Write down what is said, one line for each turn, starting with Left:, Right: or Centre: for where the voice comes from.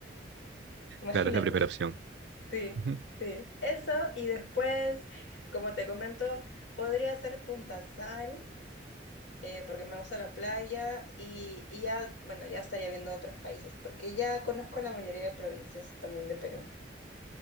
Left: Imagínate.
Right: Claro, es la primera opción.
Left: Sí,
Right: Ujú.
Left: sí. Eso, y después, como te comento, podría ser Punta Sal, eh, porque me gusta la playa, y, y ya, bueno, ya estaría viendo otros países, porque ya conozco la mayoría de provincias también de Perú.